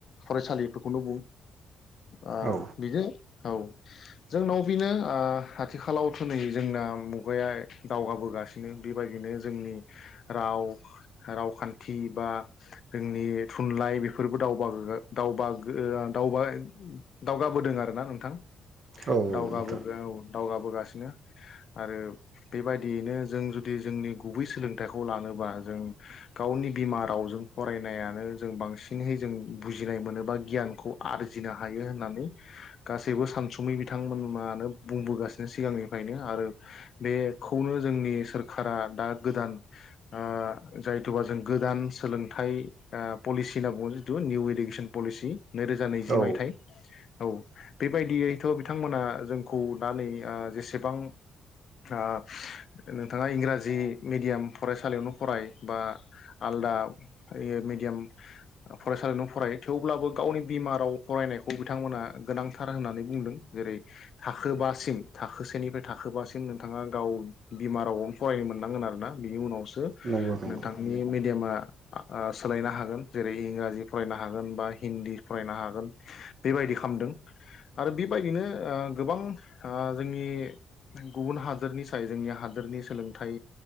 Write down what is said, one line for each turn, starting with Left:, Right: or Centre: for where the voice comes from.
Left: फरायसालिफोरखौनो बुं ओ
Right: औ
Left: बिदि औ जोंनाव बेनो आथिखालावथ' नै जोंना मुगाया दावगाबोगासिनो बेबायदिनो जोंनि राव रावखान्थि बा जोंनि थुनलाइ बेफोरबो दावबागोद-आ-दावबागाआ-दावगाबोदों आरोना नोंथां
Right: औ
Left: दावगाबो
Right: नोंथां
Left: औ दावगाबोगासि बिनो आरो बेबायदियैनो जों जुदि जोंनि गुबै सोलों थाइखौ लानोबा जों गावनि बिमा रावजों फरायनायानो जों बांसिनहै जों बुजिनाय मोनो गियानखौ आरजिनो हायो होननानै गासैबो सानसुमै बिथांमोनमानो बुंबोगासिनो सिगांनिफ्रायनो आरो बेखौनो जोंनि सोरखारा दा गोदान आ जायथ'बा जों गोदान सोलोंथाइ ओ पलिसि होनना जायफोरा बुङो जिथु निउ इडुकेसन पलिसि नैरोजा नैजि
Right: औ
Left: मायथाइ औ बेबायदियैथ' बिथांमोना जोंखौ दा नै जेसेबां ओ नोंथाङा इंराजि मिडियाम फरायसालियावनो फराय बा आलदा ओ मेडियाम फरायसालियावनो फराय थेवब्लाबो गावनि बिमा राव फरायनायखौ बिथांमोना गोनांथार होननानै बुंदों जेरै थाखोबासिम थाखोसेनिफ्राय थाखोबासिम नोंथाङा गाव बिमा रावआवनो फरायनो मोननांगोन आरो ना बिनि उनावस सो
Right: नंगौ नंगौ
Left: नोंथांनि मेडियामा ओ सोलायनो हागोन जेरै इंराजि फरायनो हागोन बा हिन्दी फरायनो हागोन बेबायदि खालामामदों आरो बेबायदिनो ओ गोबां ओ जोंनि गुबुन हादोरनि साय जोंनि हादोरनि सोलोंथाइ